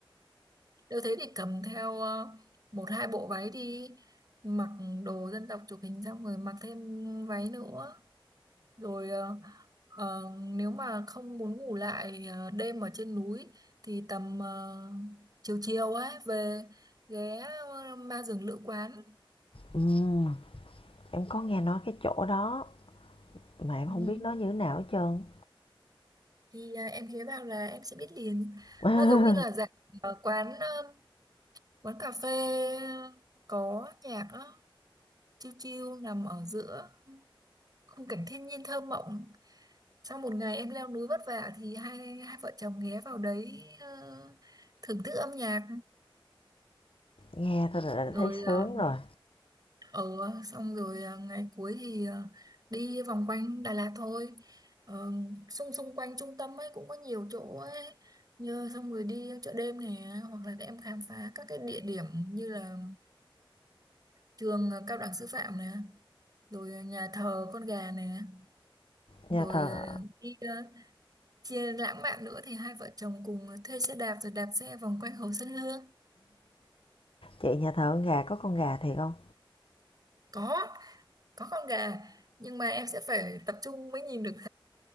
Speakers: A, on the right; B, on the left.
A: Nếu thế thì cầm theo ờ, một hai bộ váy đi, mặc đồ dân tộc chụp hình xong rồi mặc thêm váy nữa. Rồi ờ, ờ, nếu mà không muốn ngủ lại ờ, đêm ở trên núi thì tầm ờ, chiều chiều ấy về ghé ờ, ma rừng lữ quán
B: ừm em có nghe nói cái chỗ đó mà em
A: ừ.
B: không biết nó như thế nào hết trơn
A: Thì à, em ghé vào là em sẽ biết liền.
B: <laughs>
A: Nó giống như là dạng ờ, quán ờ, quán cà phê ờ, có nhạc á, chill chill nằm ở giữa khung cảnh thiên nhiên thơ mộng. Sau một ngày em leo núi vất vả thì hai hai vợ chồng ghé vào đấy ờ, thưởng thức âm nhạc
B: nghe thôi là đã
A: rồi
B: thấy sướng
A: ờ,
B: rồi
A: Ừ, xong rồi à, ngày cuối thì à, đi vòng quanh Đà Lạt thôi. Ờ, xung xung quanh trung tâm ấy cũng có nhiều chỗ ấy. Như xong rồi đi chợ đêm này hoặc là em khám phá các cái địa điểm như là trường à, cao đẳng sư phạm này rồi à, nhà thờ con gà này rồi
B: nhà thờ
A: à, đi à, chia lãng mạn nữa thì hai vợ chồng cùng thuê xe đạp rồi đạp xe vòng quanh Hồ Xuân Hương.
B: chị nhà thờ con gà có con gà thiệt không
A: Có, có con gà nhưng mà em sẽ phải tập trung mới nhìn được